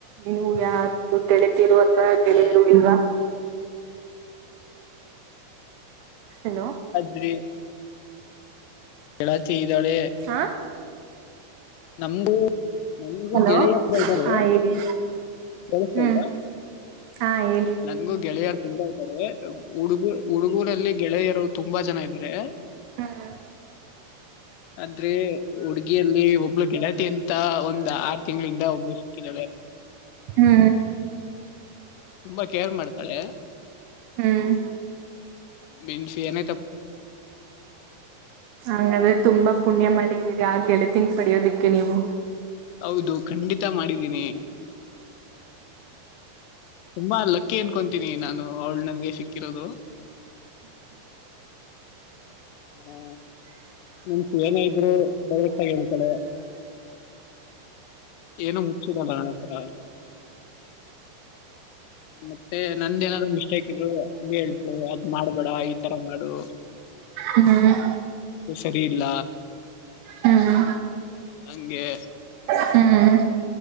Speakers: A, on the right (about 80°); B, on the left (about 85°).
A: ನೀವು ಯಾರ ತಿಿ ಿರುವಥ ಗೆಳೆಯರು
B: ಹ
A: ಇಲ್ವಾ ಹಲೋ
B: ್ರಿ ಳತ ಇದ್ದಾಳೆ
A: ಹಾ
B: ನಮಗೂ ನಮಗೂ
A: ಹಲೋ
B: ಗೆಳೆಯತ್ ಇದ್ದಾರೆ
A: ಹಾ ಹೇಳಿ
B: ಕೇಳ್ಸ್ತೇಲ್ವಾ
A: ಹ್ಮ್ ಹಾ ಹೇಳಿ
B: ನನ್ಗೂ ಗೆಳೆಯಾರ್ ತುಂಬಾ ಆತಾರೆ ಹುಡುಗರು ಹುಡುಗರು ಲ್ಲಿ ಗೆಳೆಯರು ತುಂಬಾ ಜನ ಇದ್ದಾರೆ
A: ಹ್ಮ್
B: ಆದ್ರೆ ಹುಡ್ಗಿಯಲ್ಲಿ ಒಬ್ಳ ಗೆಳತಿ ಅಂತ ಒಂದ್ ಆರು ತಿಂಗಳಿಂದ ಒಬ್ಳು ಸಿಕ್ಕಿದಾಳೆ
A: ಹ್ಮ್
B: ತುಂಬಾ ಕೇರ್ ಮಾಡ್ತಾರೆ
A: ಹ್ಮ್
B: ಮನ್ಸಿಏನ
A: ಹಂಗ್ರೆ ತುಂಬಾ ಪುಣ್ಯ ಮಾಡಿದೀ ಗ ಆ ಗೆಳೆತನ್ ಪಡಿಯೋದಿಕ್ಕೆ ನೀವು
B: ಹೌದು ಖಂಡಿತ ಮಾಡಿದ್ದೀನಿ ತುಂಬಾ ಲಕ್ಕಿ ಅನ್ಕೊಂತೀನಿ ನಾನು ಅವಳು ನನ್ಗೆ ಸಿಕ್ಕರದು ಹಾ ನನ್ಸ ಏನ ಇದ್ರು ಡೈರೆಕ್ಟ್ ಆಗ ಹೇಳ್ತಾಳೆ ಏನ ಮುಚ್ಚಿಡಲ್ಲ ನತ್ರರ ಮತ್ತೆ ನಂದೇಏನಾದ್ರು ಮಿಸ್ಟೇಕ್ ಇದ್ರು ಹ ಹೇಳ್ತರು ಅದ್ ಮಾಡ್ಬೇಡ ಈ ತರ ಮಾಡು
A: ಹ್ಮ್ ಹ್ಮ್
B: ಅದು ಸರಿ ಇಲ್ಲ
A: ಹ್ಮ್
B: ಹಂಗೆ
A: ಹ್ಮ್